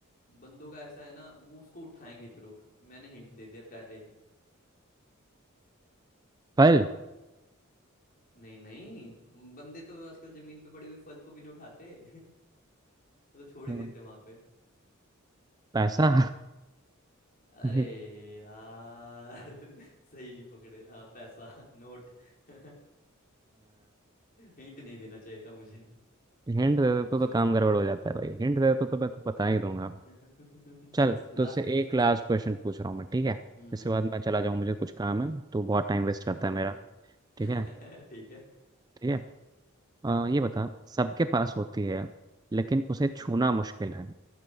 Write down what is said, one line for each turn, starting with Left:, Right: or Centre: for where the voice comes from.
Left: बंदों का ऐसा है ना वो उसको उठाएंगे जरूर मैंने हिंट दे दिया पहले ही
Right: फल
Left: बताओ नहीं नहीं बंदे तो आजकल जमीन पे पड़ी हुई फल को भी नहीं उठाते <laughs> वो तो छोड़
Right: तो
Left: ही देते वहां पे
Right: पैसा
Left: बताओ अरे
Right: <laughs>
Left: यार <laughs> सही पकड़े हाँ पैसा नोट <laughs> हिंट नहीं देना चाहिए था मुझे
Right: हिंट दे
Left: चलो
Right: देते तो,
Left: पूछो
Right: तो काम गड़बड़ हो जाता है भाई हिंट दे देते तो मैं तो बता ही दूंगा
Left: हम्म
Right: चल
Left: <laughs>
Right: तो
Left: लास्ट
Right: इससे
Left: पूछो
Right: एक लास्ट क्वेश्चन पूछ रहा हूँ मैं ठीक है
Left: हम्म
Right: इसके बाद मैं चला जाऊँ मुझे
Left: हम्म
Right: कुछ काम है तो बहुत टाइम वेस्ट करता
Left: ठीक
Right: है मेरा
Left: है
Right: ठीक है
Left: <laughs> ठीक है
Right: ठीक है अ, ये
Left: हम्म
Right: बता सबके पास होती है लेकिन उसे
Left: हम्म
Right: छूना मुश्किल है